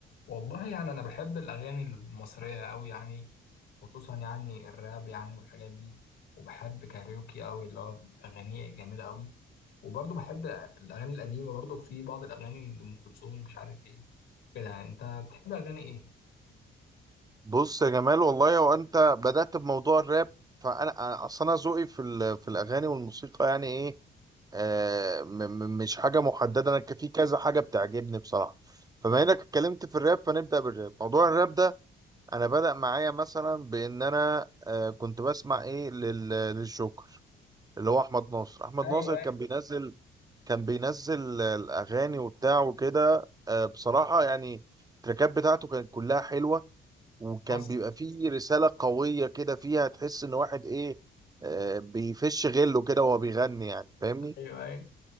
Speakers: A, on the left; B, on the right.
A: والله يعني أنا بحب الأغاني المصرية أوي يعني خصوصا يعني الراب يعني والحاجات دي وبحب كاريوكي أوي اللي هو أغانيه جميلة أوي وبرضه بحب الأغاني القديمة برضه في بعض الأغاني لأم كلثوم مش عارف إيه كده يعني أنت بتحب أغاني إيه؟
B: بص يا جمال والله هو انت بدأت بموضوع الراب فانا أنا- اصل انا ذوقي في ال- في الاغاني والموسيقى يعني ايه آه م- م- مش حاجه محدده انا ك- في كذا حاجه بتعجبني بصراحه فبما انك اتكلمت في الراب فنبدأ بالراب موضوع الراب ده انا بدأ معايا مثلا بان انا آه كنت بسمع ايه لل- للجوكر اللي هو احمد ناصر احمد
A: ايوه
B: ناصر
A: أيوة.
B: كان بينزل كان بينزل آه، الاغاني وبتاع وكده آه بصراحه يعني التراكات بتاعته كانت كلها حلوه وكان
A: حصل
B: بيبقى فيه رسالة قوية كده فيها تحس ان واحد ايه آه، بيفش غله كده وهو بيغني يعني فاهمني
A: أيوه أيوه